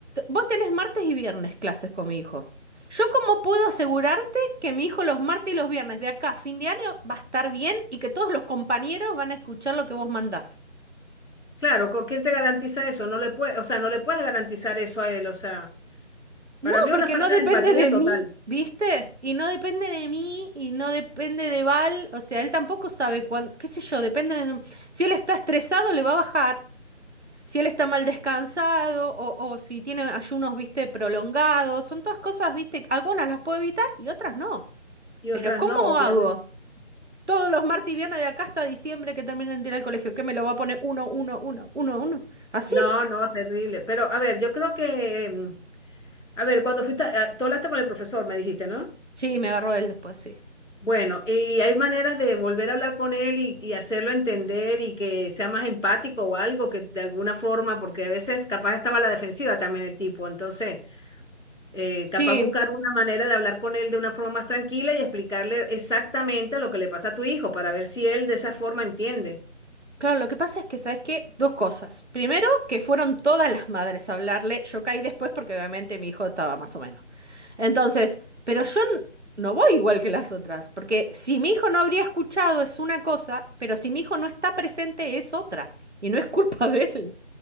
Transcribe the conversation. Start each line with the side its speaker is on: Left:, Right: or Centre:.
Right: vos tenés martes y viernes clases con mi hijo. ¿Yo cómo puedo asegurarte que mi hijo los martes y los viernes de acá a fin de año va a estar bien y que todos los compañeros van a escuchar lo que vos mandás?
Left: Claro, ¿con quién te garantiza eso? No le puede, o sea, no le puedes garantizar eso a él, o sea,
Right: No,
Left: para mí es
Right: porque
Left: una falta
Right: no depende
Left: de empatía
Right: de
Left: total
Right: mí, ¿viste? Y no depende de mí y no depende de Val. O sea, él tampoco sabe cuándo, qué sé yo, depende de... Si él está estresado, le va a bajar. Si él está mal descansado o, o si tiene ayunos, viste, prolongados. Son todas cosas, viste, algunas las puedo evitar y otras no.
Left: y
Right: Pero
Left: otras
Right: ¿cómo
Left: no, obviamente.
Right: hago? Todos los martes y viernes de acá hasta diciembre que terminen de ir al colegio, ¿qué me lo va a poner uno, uno, uno, uno, uno? ¿Así?
Left: No, no, terrible. Pero a ver, yo creo que, mm, a ver, cuando fuiste, a- tú hablaste con el profesor, me dijiste, ¿no?
Right: Sí, me agarró él después, sí.
Left: Bueno, y hay maneras de volver a hablar con él y, y hacerlo entender y que sea más empático o algo, que de alguna forma, porque a veces capaz estaba a la defensiva también el tipo, entonces eh,
Right: Sí,
Left: capaz buscar una manera de hablar con él de una forma más tranquila y explicarle exactamente lo que le pasa a tu hijo para ver si él de esa forma entiende.
Right: Claro, lo que pasa es que, ¿sabes qué? Dos cosas. Primero, que fueron todas las madres a hablarle. Yo caí después porque obviamente mi hijo estaba más o menos. Entonces, pero yo n- no voy igual que las otras, porque si mi hijo no habría escuchado es una cosa, pero si mi hijo no está presente es otra, y no es culpa de él.